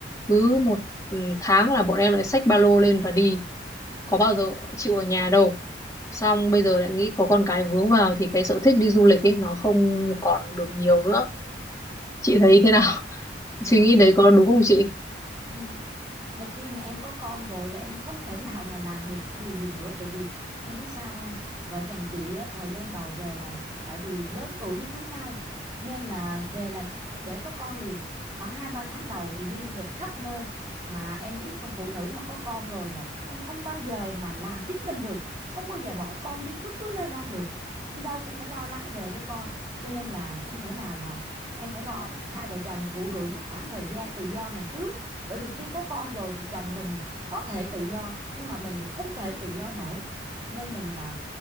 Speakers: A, on the left (about 15°); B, on the right (about 25°).
A: cứ một ừ, tháng là bọn em lại xách ba lô lên và đi có bao giờ chịu ở nhà đâu xong bây giờ lại nghĩ có con cái vướng vào thì cái sở thích đi du lịch ấy nó không còn được nhiều nữa chị thấy thế nào <laughs>
B: Và
A: suy nghĩ đấy có đúng không chị
B: ừm, một khi mà em có con rồi là em không thể nào mà làm được cái điều gì nữa, tại vì em biết sao không Vợ chồng chị á, thời gian đầu về là tại vì lớn tuổi mới cưới nhau, nên là về là để có con liền, khoảng hai ba tháng đầu thì đi du lịch khắp nơi. Mà em biết không Phụ nữ mà có con rồi là em không bao giờ mà làm chính mình được, không bao giờ bỏ con đi bất cứ nơi đâu được, đi đâu cũng phải lo lắng về với con, cho nên là không thể nào mà em phải lo hai vợ chồng thụ hưởng cái khoảng thời gian tự do này trước bởi vì khi có con rồi thì chồng mình có thể tự do nhưng mà mình thì không thể tự do nổi nên mình là